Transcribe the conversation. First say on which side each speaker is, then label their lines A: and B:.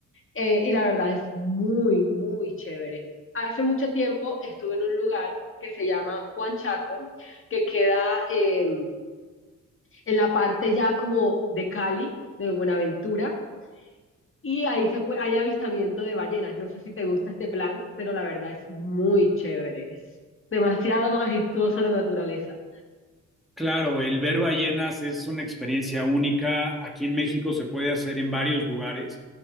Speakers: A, on the left (about 40°); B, in the centre.
A: Eh, y la verdad es muy, muy chévere. Hace mucho tiempo estuve en un lugar que se llama Juan Chaco, que queda eh, en la parte ya como de Cali, de Buenaventura, y ahí se puede, hay avistamiento de ballenas. No sé si te gusta este plan, pero la verdad es muy chévere. Es demasiado majestuosa la naturaleza.
B: Claro, el ver ballenas es una experiencia única. Aquí en México se puede hacer en varios lugares,